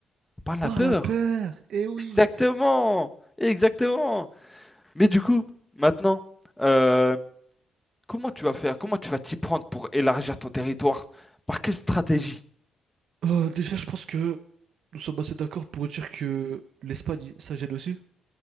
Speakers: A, in the centre; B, on the right (about 65°).
A: Par la
B: Par
A: peur.
B: la paire, eh oui.
A: Exactement. Exactement. Mais du coup, maintenant, euh, comment tu vas faire? Comment tu vas t'y prendre pour élargir ton territoire? Par quelle stratégie?
B: Euh, déjà, je pense que nous sommes assez d'accord pour dire que l'Espagne, ça gêne aussi.